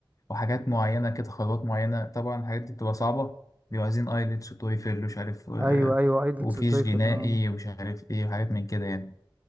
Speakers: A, on the left; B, on the right.
A: وحاجات معينة كده خطوات معينة طبعا الحاجات دي بتبقى صعبة بيبقوا عايزين ايلتس وتويفل ومش عارف آه،
B: ايوه ايوه ايدلتس
A: وفيش
B: وتويفل
A: جنائي
B: اه
A: ومش عارف ايه وحاجات من كده يعني